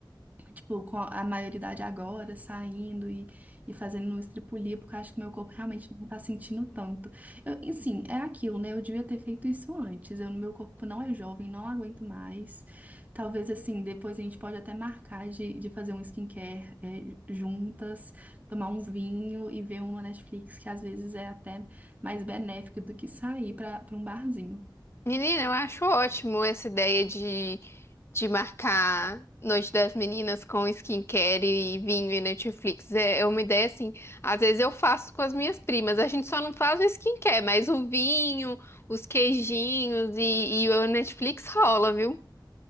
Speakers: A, on the right; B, on the left.
A: tipo, com a maioridade agora, saindo e, e fazendo um estripulia, porque eu acho que meu corpo realmente não tá sentindo tanto. Eu, e, sim, é aquilo, né? Eu devia ter feito isso antes. Eu, meu corpo não é jovem, não aguento mais. Talvez, assim, depois a gente pode até marcar de, de fazer um skincare, é, juntas, tomar um vinho e ver uma Netflix, que às vezes é até mais benéfico do que sair para um barzinho.
B: Menina, eu acho ótimo essa ideia de, de marcar Noite das Meninas com skincare e vinho e Netflix. É, é uma ideia assim. Às vezes eu faço com as minhas primas. A gente só não faz o skincare, mas o vinho, os queijinhos e, e o Netflix rola, viu?